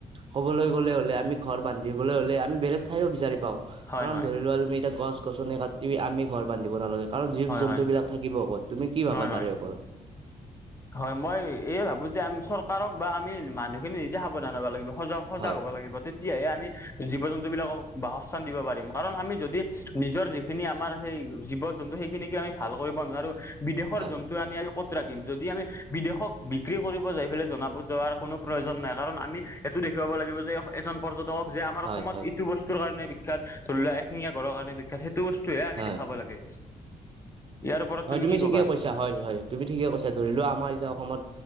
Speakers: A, on the right; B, on the left.
A: ক'বলৈ গ'লে হ'লে আমি ঘৰ বান্ধিবলৈ হ'লে আমি বেলেগ ঠাইও বিচাৰি পাওঁ।
B: হয়
A: কাৰণ
B: হয়
A: ধৰি লোৱা তুমি এতিয়া গছ-গছনি কাটি আমি ঘৰ বান্ধিব নালাগে। কাৰণ জীব-জন্তুবিলাক
B: হয় হয়
A: থাকিব ক'ত তুমি কি ভাবা?
B: হয়
A: তাৰে ওপৰত
B: হয় মই এই ভাবো যে চৰকাৰক বা আমি মানু্হ- খিনি নিজে সাৱধান হব লাগিব সজাগ
A: হয়
B: হ'ব লাগিব। তেত- তেতিয়াহে আমি জীৱ-জন্তুবিলাকক বাসস্থান দিব পাৰিম কাৰণ আমি যদি নিজৰ যি- খিনি আমাৰ সেই জীৱ জন্তু সেইখিনিকে আমি ভাল কৰিব নোৱাৰো বিদেশৰ
A: হয়
B: জন- টো আনি আমি ক'ত ৰাখিম। যদি আমি বিদেশক বিক্ৰী কৰিব যাই পেলাই জনাব যোৱাৰ কোনো প্ৰয়োজন নাই। কাৰণ আমি এইটো দেখুৱাব লাগিব যে এজন পৰ্যট- টক যে আমাৰ
A: হয়
B: অসমত
A: হয়
B: এইটো বস্তুৰ কাৰণে বিখ্যাত ধৰি লোৱা এশিঙীয়া গড়ঁৰ কাৰণে বিখ- সেইটো বস্তুৱে আমি
A: হয়
B: দেখাব লাগে। ইয়াৰ ওপৰত
A: হয় তুমি
B: কি
A: ঠিকে
B: ক'বা
A: কৈছা হয় হয় তুমি ঠিকে কৈছা ধৰি লোৱা আমাৰ এতিয়া অসমত